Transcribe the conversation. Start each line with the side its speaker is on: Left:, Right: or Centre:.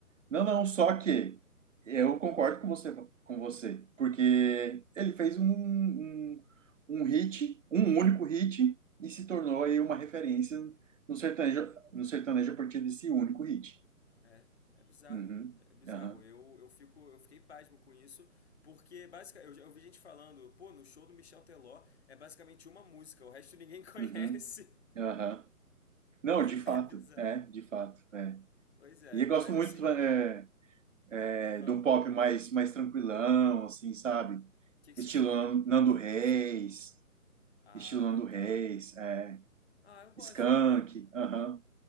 Right: não, não, só que eu concordo com você, com você, porque ele fez um, um, um hit, um único hit, e se tornou aí uma referência no sertanejo, no sertanejo a partir desse único hit.
Left: É, é bizarro.
Right: Uhum,
Left: É bizarro.
Right: aham,
Left: Eu, eu, fico, eu fiquei pasmo com isso, porque basicamente eu já ouvi gente falando, pô, no show do Michel Teló é basicamente uma música, o resto ninguém <laughs> conhece.
Right: uhum. Aham. Não, de fato,
Left: É bizarro.
Right: é, de fato, é.
Left: Pois é,
Right: E eu
Left: mas
Right: gosto muito
Left: assim,
Right: é, é,
Left: fala,
Right: de um pop
Left: fala. O
Right: mais, mais tranquilão, assim, sabe?
Left: que, que
Right: Estilo
Left: você chama de,
Right: Nando
Left: de pop
Right: Reis,
Left: mais tranquilão? Ah,
Right: estilo Nando Reis,
Left: tá.
Right: é,
Left: Ah, eu gosto
Right: Skank,
Left: também.
Right: aham,